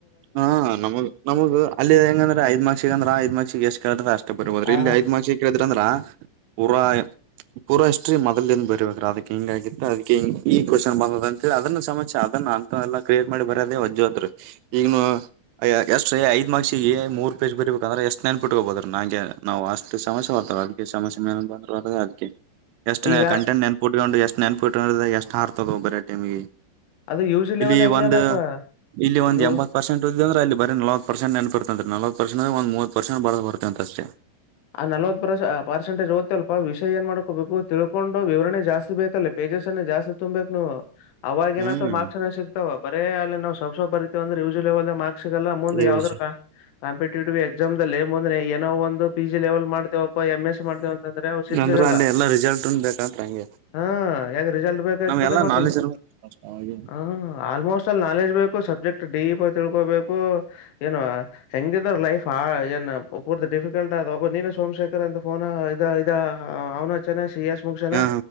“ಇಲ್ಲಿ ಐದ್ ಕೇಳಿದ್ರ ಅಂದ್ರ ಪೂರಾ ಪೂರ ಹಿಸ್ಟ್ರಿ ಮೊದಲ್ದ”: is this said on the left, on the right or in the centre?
Right